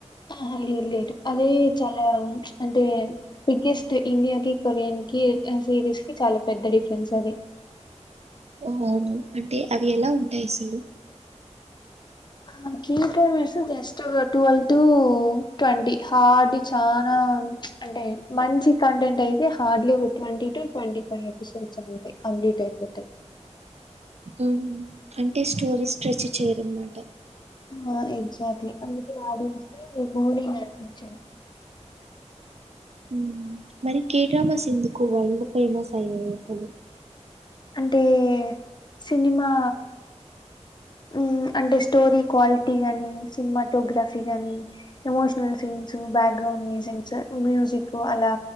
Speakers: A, on the left; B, on the right.
A: ఆహా లేదు లేదు అదే చాలా చ్ అంటే బిగ్గెస్ట్ ఇండియాకి కొరియన్ కి సిరీస్ కి చాలా పెద్ద డిఫరెన్స్ అది.
B: ఓహొ అవును అంటే అవి ఎలా ఉంటాయి అసలు.
A: ఆ కెడ్రామాస్ జస్ట్ ఒక ట్వల్వ్ టు ట్వంటీ హార్డ్లీ చానా <unintelligible> అంటే మంచి కంటెంట్ అయితే హార్డ్లీ ఒక twenty to twenty five episodes అంతే. కంప్లీట్ అయిపోతయి.
B: హు హామ్ అంటే స్టోరీ చూసి చేయరనమాట.
A: ఆ ఎగ్జాక్ట్లీ అందుకే ఆడియన్స్కి భూరింగ్ అనిపించి
B: ఉం మరి కేడ్రామాస్ ఎందుకు వరల్డ్ ఫేమస్ అయ్యయి అసలు
A: అంటే సినిమా ఉం అంటే స్టోరీ క్వాలిటీ కానీ సినిమాటోగ్రఫీ కానీ emotional scenes, background musings music అలా